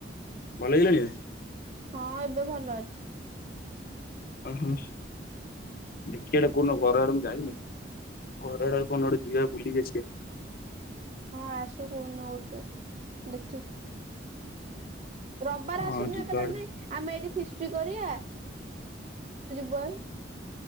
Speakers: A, on the left; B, on the right.
A: ଭଲ ହେଇଗଲାଣି?
B: ହଁ ଏବେ ଭଲ ଅଛି।
A: ଅଁ- ହ। ଦେଖିବା କଉଦିନ ଘର ଆଡେ ମୁଁ ଯାଇନି ଘର ଆଡେ କଉଦିନ ଗୋଟେ ଯିବା ବୁଲିକି ଆସିବା।
B: ହଁ ଆସ କଉଦିନ ଗୋଟେ ଦେଖି। ରବିବାର
A: ହଁ
B: ଆସୁନୁ
A: ଯିବା
B: <unintelligible> ନାଇଁ ଆମେ ଏଇଠି ଫିଷ୍ଟି କରିବା <unintelligible>